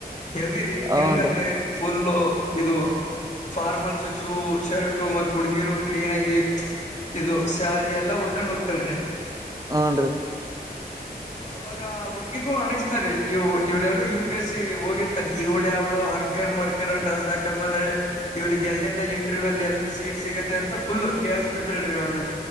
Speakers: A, on the left (about 45°); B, on the right (about 20°).
A: ಹೆವಿರಿ ಹೆಂಗಂದ್ರೆ
B: ಹೂನ್ರಿ
A: ಫುಲ್ಲು ಇದು ಫಾರ್ಮಲ್ಸು ಶೂ ಶರ್ಟ್ ಟು ಮತ್ ಹುಡ್ಗೀರು ಕ್ಲೀನ್ ಆಗಿ ಇದು ಸ್ಯಾರಿ ಎಲ್ಲಾ ಉಡ್ಕೊಂಡ್ ಹೋಗ್ತಾಳ್ರಿ.
B: ಹಾಂ ರೀ
A: ಅವಾಗ ಹುಡ್ಗಿಗೂ ಅಣಗ್ಸ್ತಾರಿ ಇವ ಇವ್ರೆಲ್ರೂ ಯು ಪಿ ಎಸ್ ಸಿ ಹೋಗಿರ್ತಾರೆ ಇವಳ್ ಯಾವಳು ಹರ್ಗಂಡ್ ಮರ್ ರ್ಕ ಡ್ರೆಸ್ಸಾಕ ಬಂದಳೆ ಇವ್ಳಿಗೆಲ್ಲಿಂದ ಇಂಟರ್ವ್ಯೂ ಅಲ್ಲಿ ಎಲ್ಲಿ ಸೀಟ್ ಸಿಗುತ್ತೆ ಅಂತ ತ ಫುಲ್ಲು ಹಿಯಾಳ್ಸ್ ಬಿಡ್ತಾರಿ ಅವಳನ್ನ.